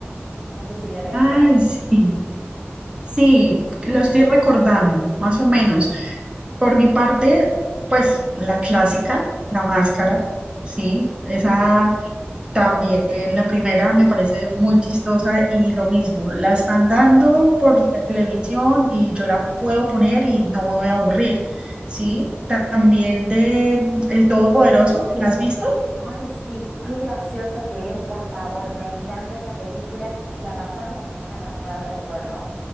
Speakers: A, on the right (about 40°); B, on the right (about 20°).
A: No sé si la recuerdas.
B: Ay, sí, sí, lo estoy recordando, más o menos. Por mi parte, pues la clásica, la máscara, ¿sí? Esa
A: Sí.
B: También la primera me parece muy chistosa y lo mismo, la están dando por televisión y yo la puedo poner y no me voy a aburrir, ¿sí? También
A: Sí.
B: de mm, El Todopoderoso, ¿la has visto?
A: Ay, sí, qué graciosa que es, por favor. Me encanta esa película. La pasaron la semana pasada, recuerdo.